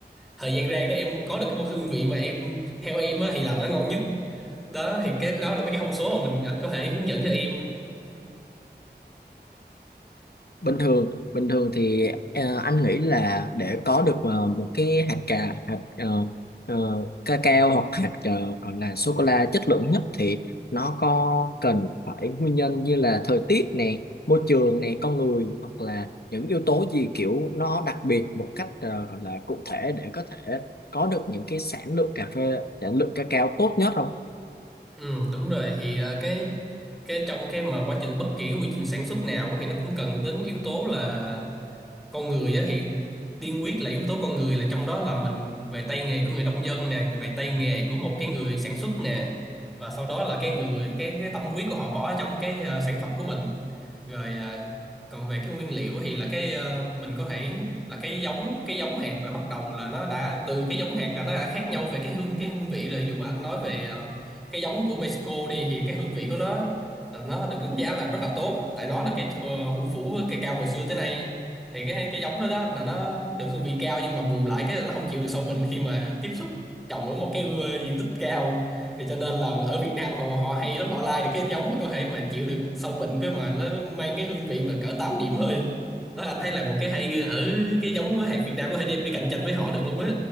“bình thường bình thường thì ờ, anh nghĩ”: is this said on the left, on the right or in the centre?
Left